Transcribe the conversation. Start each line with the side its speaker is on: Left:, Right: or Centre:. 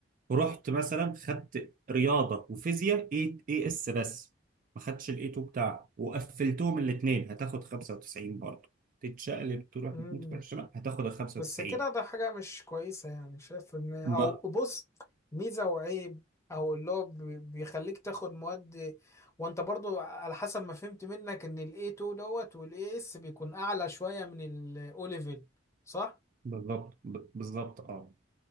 Right: رحت مثلا خدت رياضه وفيزياء اي اي اس بس ما خدتش الاي 2 بتاعها وقفلتهم الاثنين هتاخد 95 برضه تتشقلب تروح
Left: امم
Right: من تروح الشمال هتاخد ال 95
Left: بس كده ده حاجة مش كويسة يعني شايف ان
Right: ما
Left: او بص ميزة وعيب او اللي هو بي- بيخليك تاخد مواد وانت برضو على حسب ما فهمت منك ان الاي 2 دوت والاي اس بيكون اعلى شوية من الاو ليفل صح؟
Right: بالظبط ب- بالظبط اه